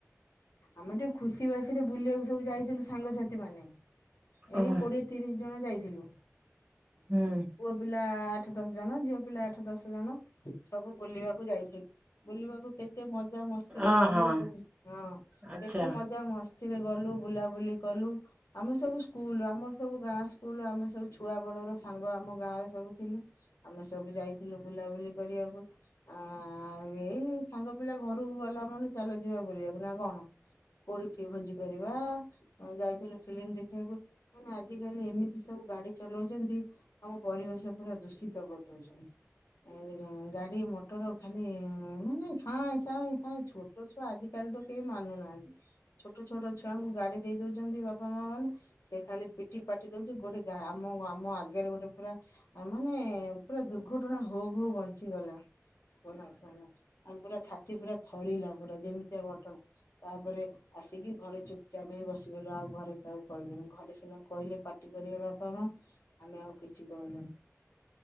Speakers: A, on the left (about 70°); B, on the right (about 25°).
A: ଆମେ ଟିକେ ଖୁସି ବାସିଲେ ବୁଲିବାକୁ ସବୁ ଯାଇଥିଲୁ ସାଙ୍ଗସାଥି ମାନେ
B: ଓହୋ
A: ଏଇ କୋଡିଏ ତିରିଶି ଜଣ ଯାଇଥିଲୁ।
B: ହୁଁ
A: ପୁଅ ପିଲା ଆଠ ଦଶ ଜଣ ଝିଅ ପିଲା ଆଠ ଦଶ ଜଣ ସବୁ ବୁଲିବାକୁ ଯାଇଛି। ବୁଲିବାକୁ କେତେ ମଜା ମସ୍ତିରେ
B: ଅ
A: ଗଲୁ
B: ହଁ
A: ବୁଉ ହଁ
B: ଆଚ୍ଛା।
A: କେତେ ମଜା ମସ୍ତ ଥିରେ ଗଲୁ ବୁଲାବୁଲି କଲୁ। ଆମେ ସବୁ ସ୍କୁଲ ଆମର ସବୁ ଗାଁ ସ୍କୁଲ ଆମେ ସବୁ ଛୁଆ ବଳର ସାଙ୍ଗ ଆମ ଗାଁ ରେ ସବୁ ଥିଲୁ ଆମେ ସବୁ ଯାଇଥିଲୁ ବୁଲାବୁଲି କରିଆକୁ। ଆଁ ଏଇ ସାଙ୍ଗ ପିଲା ଘରକୁ ଗଲା ମନ ଚାଲ ଯିବା ବୁଲିବାକୁ ନା କଣ? କୋଡି ଫି ଭୋଜି କରିବା ଆଁ ଯାଇଥିଲୁ ଫିଲ୍ମ ଦେଖିଆକୁ ମାନେ ଆଜିକାଲି ଏମିତି ସବୁ ଗାଡି ଚଲୋଉଛନ୍ତି ଆମ ପରିବେଶ ପୁରା ଦୂଷିତ କରିଦଉଛନ୍ତି। ଆଦି ଗାଁ ଗାଡି ମଟର ଖାଲି ମାନେ ସାଏଁ ସାଏଁ ସାଏଁ ଛୋଟ ଛୁଆ ଆଜି କାଲି ତ କେହି ମାନୁନାହାଁନ୍ତି ଛୋଟ ଛୋଟ ଛୁଆଙ୍କୁ ଗାଡି ଦେଇ ଦଉଛନ୍ତି ବାପା ତ ମ ମାନେ ସେ ଖାଲି ପିଟି ପାଟି ଦଉଛି ଗୋଟେ ଗା ଆମ ଆମ ଆଗ ଆଗରେ ଗୋଟେ ପୁରା ମାନେ ପୁରା ଦୁର୍ଘଟଣା ହଉ ହଉ ବଞ୍ଚିଗଲା। କୁହନା କୁହନା ଆମେ ପୁରା ଛାତି ପୁରା ଥରିଲା ପୁରା ଯେମିତିଆ ଘଟଣା ତାପରେ ଆସିକି ଘରେ ଚୁପଚାପ ହେଇ ବସିଗଲୁ ଆଉ ଘରେ କାହାକୁ କହିଲୁନି ଘରେ ସିନା କହିଲେ ପାଟ ଟି କରିବେ ବାପା ମା। ଆମେ ଆଉ କିଛି କହିଲୁନୁ